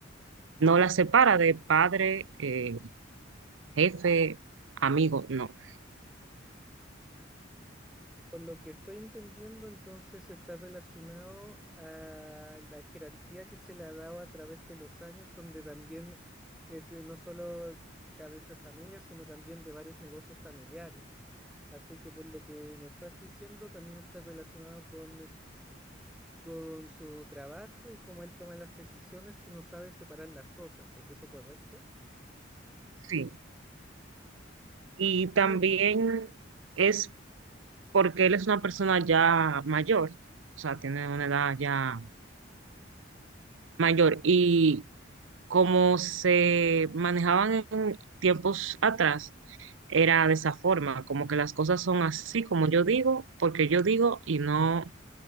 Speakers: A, on the right (about 85°); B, in the centre.
A: No la separa de padre, eh, jefe, amigo, no.
B: Por lo que estoy entendiendo, entonces está relacionado a la jerarquía que se le ha dado a través de los años, donde también es eh, no solo cabeza de familia, sino también de varios negocios familiares. Así que por lo que me estás diciendo, también está relacionado con, con su trabajo y cómo él toma las decisiones que no sabe separar las cosas. ¿Es eso correcto?
A: Sí. Y también
B: ¿Qué me pu-
A: es porque él es una persona ya mayor, o sea, tiene una edad ya mayor. Y como se manejaban en tiempos atrás, era de esa forma, como que las cosas son así como yo digo, porque yo digo y no,